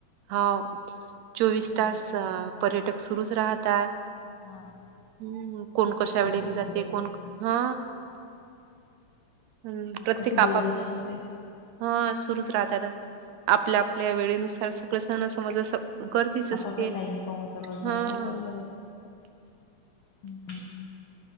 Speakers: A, on the right; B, on the left.
A: हाव चोवीस
B: कसं पंढरपूर
A: तास
B: म्हणजे
A: पर्यटक सुरुच राहतात.
B: हा
A: हम्म कोण
B: जेजुरी
A: कशा वेळेने जाते
B: पंढरपूर
A: कोण हा हम्म प्रत्येक
B: कसे
A: आपापल्या
B: देवदर्शनाला
A: हा सुरूच राहतात आपल्या आपल्या वेळेनुसार सगळ सण समज गर्दीच
B: आपापला
A: असते
B: टाइम पाहून सर्वजण
A: हां.
B: हो बरोबर आहे हम्म हम्म.